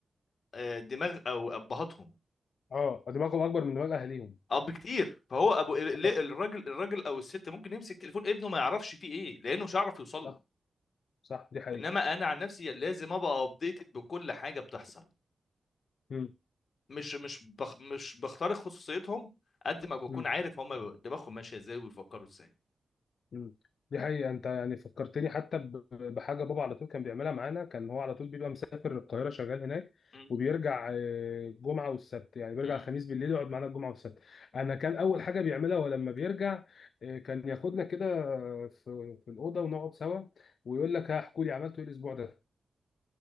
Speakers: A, on the left (about 60°); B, on the left (about 80°).
A: آه، دماغ او ابهاتهم
B: اه دماغهم اكبر من دماغ اهاليهم
A: اب كتير فهو ابو ال- الراجل
B: آه،
A: الراجل او الست ممكن يمسك تليفون ابنه ما يعرفش فيه ايه لانه مش هيعرف يوصل
B: صح
A: له
B: صح دي حقيقة
A: انما انا عن نفسي لازم ابقى ابديتد بكل حاجه بتحصل
B: مم.
A: مش مش بخ مش بخترق خصوصيتهم قد ما بكون
B: مم.
A: عارف هما دماغهم ماشيه ازاي وبيفكروا ازاي
B: مم. دي حقيقة انت يعني فكرتني حتى ب- بحاجة بابا على طول كان بيعملها معانا كان هو على طول بيبقى مسافر القاهرة شغال هناك
A: مم.
B: وبيرجع آه، الجمعة والسبت يعني بيرجع
A: مم.
B: الخميس بالليل يقعد معانا الجمعة والسبت انا كان اول حاجة بيعملها ولما بيرجع آه، كان ياخدنا كده آه، في في الأوضة ونقعد سوا ويقول لك هحكوا لي عملتوا ايه الاسبوع ده